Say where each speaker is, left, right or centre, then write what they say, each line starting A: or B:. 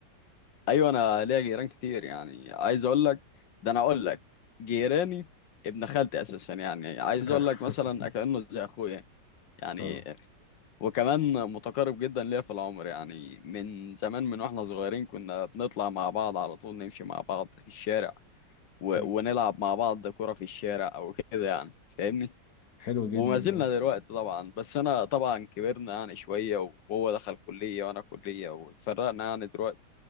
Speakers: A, on the left (about 85°); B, on the left (about 60°).
A: ايوه انا ليا جيران كتير يعني عايز اقول لك ده انا اقول لك جيراني ابن خالتي اساسا يعني عايز
B: <laughs>
A: اقول لك مثلا كانه زي اخويا يعني
B: اه
A: وكمان متقارب جدا ليا في العمر يعني من زمان من واحنا صغيرين كنا بنطلع مع بعض على طول نمشي مع بعض في الشارع و...
B: مم.
A: ونلعب مع بعض كرة في الشارع او كده يعني فاهمني
B: حلو جدا
A: وما زلنا
B: ده
A: دلوقتي طبعا بس انا طبعا كبرنا يعني شوية وهو دخل كلية وانا كلية واتفرقنا يعني دلوقتي